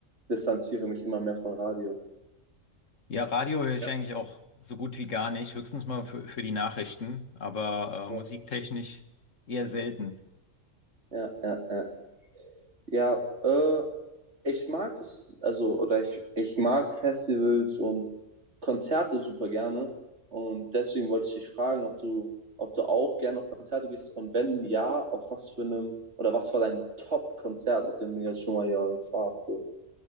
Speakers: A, on the right; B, on the left.
A: distanziere mich immer mehr von Radio.
B: Ja, Radio höre ich
A: Ja.
B: eigentlich auch so gut wie gar nicht, höchstens mal für, für die Nachrichten, aber
A: Ja,
B: äh, musiktechnisch eher selten.
A: ja, ja. Ja, äh, ich mag es, also, oder ich, ich mag Festivals und Konzerte super gerne. Und deswegen wollte ich dich fragen, ob du, ob du auch gerne auf Konzerte gehst und wenn ja, auf was für einem, oder was war dein Top-Konzert, auf dem du jetzt schon mal ja, das warst so.